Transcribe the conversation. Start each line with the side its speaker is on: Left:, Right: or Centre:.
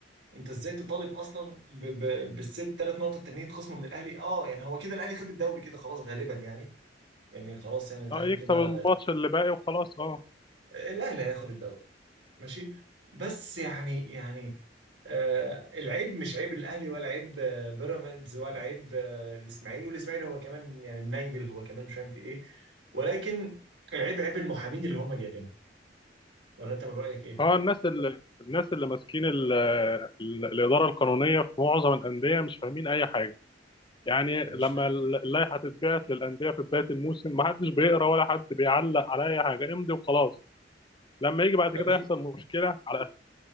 Right: انت ازاي تطالب اصلا ب... ب... بالست ثلاث نقط التانيين يتخصموا من الاهلي اه يعني هو كده الاهلي خد الدوري كده خلاص غالبا يعني يعني خلاص يعني الاهلي
Left: اه يكسب
Right: كده
Left: الماتش اللي باقي وخلاص اه
Right: الاهلي هياخد الدوري ماشي بس يعني يعني آه العيب مش عيب الاهلي ولا عيب آه، بيراميدز ولا عيب آه الاسماعيلي والاسماعيلي هو كمان يعني منيل هو كمان مش فاهم في ايه ولكن العيب عيب المحامين اللي هم جايبينهم لو انت من رايك ايه
Left: اه الناس اللي الناس اللي ماسكين ال- ال- الاداره القانونيه في معظم الانديه مش فاهمين اي حاجه يعني
Right: انا
Left: لما
Right: مش فاهم
Left: اللائحه تتبعت للانديه في بدايه الموسم ما حدش بيقرا ولا حد بيعلق على اي حاجه امضي وخلاص لما يجي بعد
Right: يا
Left: كده
Right: ابني
Left: يحصل مشكله على أساس.